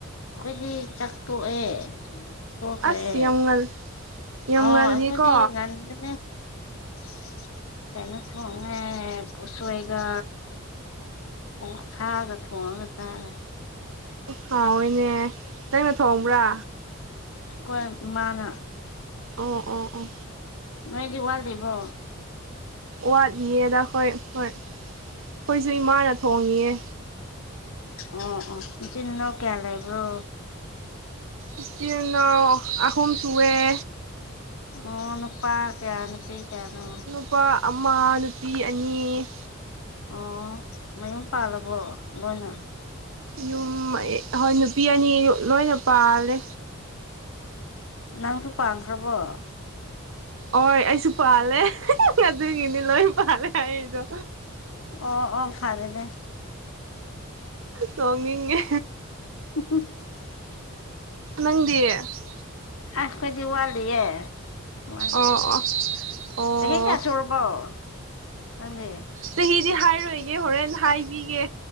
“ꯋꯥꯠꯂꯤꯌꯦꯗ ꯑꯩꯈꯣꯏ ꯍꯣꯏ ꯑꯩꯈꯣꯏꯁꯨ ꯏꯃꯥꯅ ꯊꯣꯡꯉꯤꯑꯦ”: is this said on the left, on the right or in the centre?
Right